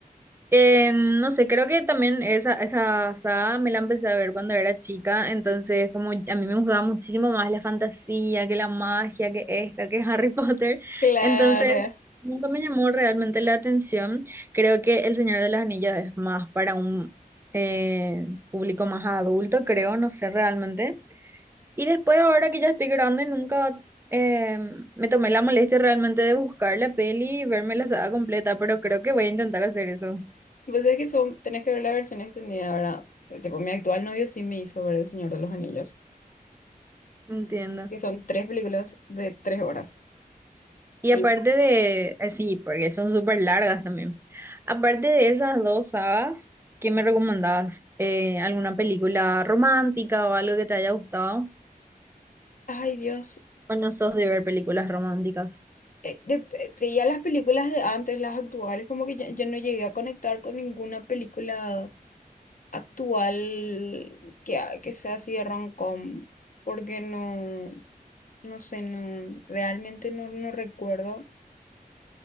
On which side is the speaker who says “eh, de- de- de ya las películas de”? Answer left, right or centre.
Left